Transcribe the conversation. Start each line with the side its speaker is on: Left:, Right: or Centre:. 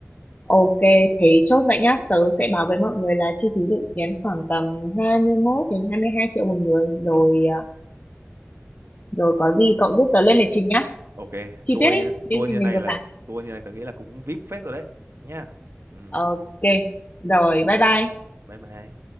Left: ok thế chốt vậy nhá tớ sẽ báo với mọi người là chi phí dự kiến khoảng tầm 21 đến 22 triệu một người rồi
Right: ừ.
Left: ờ, rồi có gì cậu giúp tớ lên lịch trình nhá
Right: Ok
Left: chi
Right: tour
Left: tiết ấy
Right: như
Left: những
Right: tour
Left: gì
Right: như
Left: mình
Right: này
Left: vừa
Right: là
Left: bảo
Right: tour như này tớ nghĩ là cũng VIP phết rồi đấy nhá ừ.
Left: ok rồi bye bye
Right: Bye bye